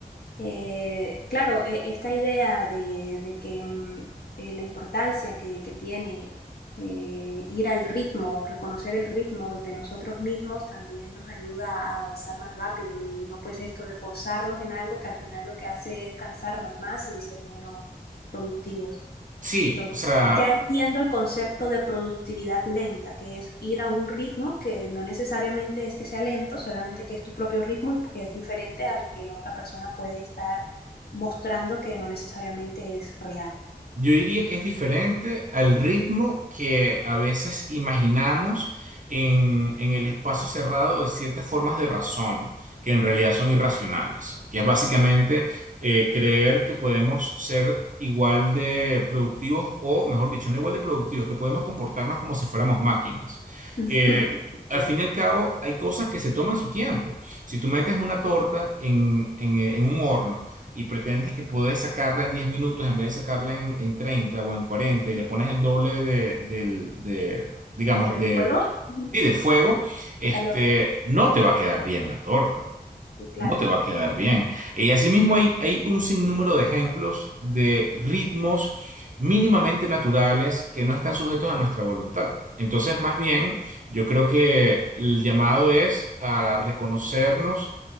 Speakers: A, on the left; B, on the right.
A: Eh, claro, e- esta idea de, de que mm, eh, la importancia que, que tiene eh, ir al ritmo, reconocer el ritmo de nosotros mismos también nos ayuda a avanzar más rápido y no pues esto de forzarnos en algo que al final lo que hace es cansarnos más y ser menos productivos.
B: sí,
A: Entonces,
B: o sea,
A: ya entiendo el concepto de productividad lenta, que es ir a un ritmo que no necesariamente es que sea lento, solamente que es tu propio ritmo y es diferente al que otra persona puede estar mostrando que no necesariamente es real.
B: Yo diría que es diferente al ritmo que a veces imaginamos en, en el espacio cerrado de ciertas formas de razón, que en realidad son irracionales, que es básicamente eh, creer que podemos ser igual de productivos o, mejor dicho, no igual de productivos, que podemos comportarnos como si fuéramos máquinas.
A: <laughs>
B: Eh, al
A: okay.
B: fin y al cabo, hay cosas que se toman su tiempo. Si tú metes una torta en en- en un horno, y pretendes que puedes sacarla en 10 minutos en vez de sacarla en, en 30 o en 40 y le pones el doble de, del, de, digamos,
A: Del
B: de,
A: fuego, el
B: sí, del fuego, este,
A: calor,
B: no te va a quedar bien la torta.
A: y claro.
B: No te va a quedar bien. Y asimismo hay, hay un sinnúmero de ejemplos de ritmos mínimamente naturales que no están sujetos a nuestra voluntad. Entonces, más bien, yo creo que el llamado es a reconocernos,